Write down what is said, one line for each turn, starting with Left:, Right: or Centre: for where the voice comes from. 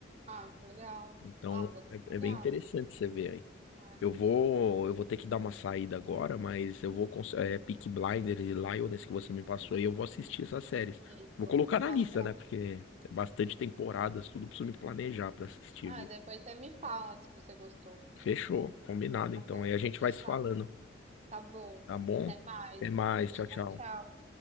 Right: Ah, que legal.
Left: Então
Right: Ah, vou dar uma
Left: é, é
Right: olhada.
Left: bem interessante você ver aí.
Right: né?
Left: Eu vou, eu vou ter que dar uma saída agora, mas eu vou, cons- é, Peaky Blinders e Lioness que você me passou aí, eu vou assistir essas séries.
Right: Isso.
Left: Vou colocar
Right: Ah,
Left: na lista,
Right: legal.
Left: né? Porque é bastante temporadas, tudo preciso me planejar pra assistir
Right: Ah,
Left: aqui.
Right: depois você me fala se você gostou.
Left: Fechou, combinado
Right: Tá
Left: então.
Right: bom.
Left: Aí a gente
Right: Fechado.
Left: vai se falando,
Right: Tá bom.
Left: tá bom?
Right: Até mais.
Left: Até mais,
Right: Tchau,
Left: tchau, tchau.
Right: tchau.